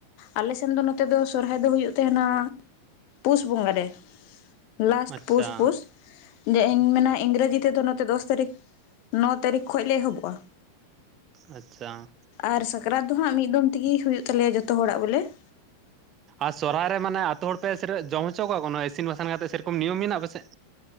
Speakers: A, on the left (about 45°); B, on the right (about 30°).
A: ᱟᱞᱮ ᱥᱮᱱ ᱫᱚ ᱱᱚᱛᱮ ᱫᱚ ᱥᱚᱨᱦᱟᱭ ᱫᱚ ᱦᱩᱭᱩᱜ ᱛᱟᱦᱮᱱᱟ ᱯᱩᱥ ᱵᱚᱸᱜᱟ ᱨᱮ᱾ ᱞᱟᱥᱴ
B: ᱟᱪᱪᱷᱟ
A: ᱯᱩᱥ ᱯᱩᱥ ᱾ ᱡᱮ ᱤᱧ ᱢᱮᱱᱟ ᱤᱝᱨᱮᱡᱤ ᱛᱮᱫᱚ ᱱᱚᱛᱮ ᱫᱚᱥ ᱛᱟᱹᱨᱤᱠᱷ ᱱᱚ ᱛᱟᱹᱨᱤᱠᱷ ᱠᱷᱚᱡ ᱞᱮ ᱮᱦᱚᱵᱚᱜᱼᱟ ᱾
B: ᱟᱪᱪᱷᱟ ᱾
A: ᱟᱨ ᱥᱟᱠᱨᱟᱛ ᱫᱚ ᱦᱟᱸᱜ ᱢᱤᱫ ᱫᱚᱢ ᱛᱮᱜᱮ ᱦᱩᱭᱩᱜ ᱛᱟᱞᱮᱭᱟ ᱡᱚᱛᱚ ᱦᱚᱲᱟᱜ ᱵᱚᱞᱮ ᱾
B: ᱟᱨ ᱥᱚᱦᱚᱨᱟᱭ ᱨᱮ ᱢᱟᱱᱮ ᱟᱹᱛᱩ ᱦᱚᱲ ᱯᱮ ᱥᱮ ᱡᱚᱢ ᱦᱚᱪᱚ ᱠᱟᱣᱟ ᱤᱥᱤᱱ ᱵᱟᱥᱟᱝ ᱠᱟᱛᱮᱜ ᱥᱮ ᱨᱚᱠᱚᱢ ᱱᱤᱭᱚᱢ ᱢᱮᱱᱟᱜᱼᱟ ᱟᱯᱮᱥᱮᱫ?